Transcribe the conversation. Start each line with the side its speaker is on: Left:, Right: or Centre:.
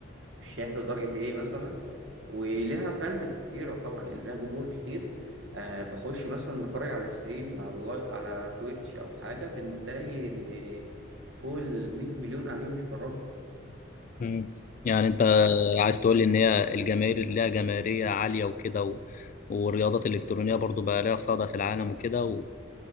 Right: شاف لدرجة إيه مثلا ولها فانز كتيرة طبعا يعني لها جمهور كتير آه بخش مثلا نتفرج على الستريم على اللاي- على تويتش أو حاجة بنلاقي إن فوق ال 100 مليون قاعدين بيتفرجوا
Left: مم. يعني انت
Right: آه
Left: عايز تقول لي ان هي الجماهير اللي ليها جماهيريه عاليه وكده و... والرياضات الالكترونيه برضو بقى ليها صدى في العالم وكده و...